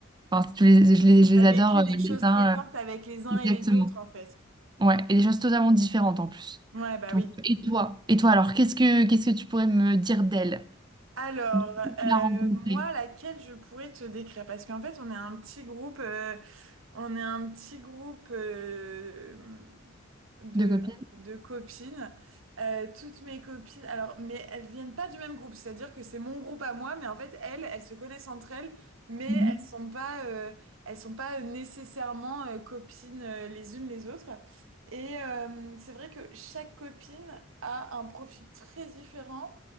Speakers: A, on the right; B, on the right.
A: enfin, je les, je les, je
B: T'as
A: les adore
B: vécu
A: euh,
B: des choses
A: les uns,
B: très fortes
A: euh,
B: avec les uns
A: exactement.
B: et les autres, en fait.
A: Ouais, et des choses totalement différentes en plus.
B: Ouais, bah
A: Donc,
B: oui.
A: et toi? Et toi, alors, qu'est-ce que qu'est-ce que tu pourrais me dire d'elle?
B: Alors,
A: Depuis que Tu l'as
B: euh,
A: rencontrée
B: moi, laquelle je pourrais te décrire? Parce qu'en fait, on est un petit groupe. euh, On est un petit groupe. euh, de,
A: de copine?
B: de copines. Euh, toutes mes copines, alors, mais elles viennent pas du même groupe, c'est-à-dire que c'est mon groupe à moi, mais en fait, elles, elles se connaissent entre elles, mais elles
A: Mhm.
B: sont pas, euh, elles sont pas nécessairement euh, copines euh, les unes les autres. Et euh, c'est vrai que chaque copine a un profil très différent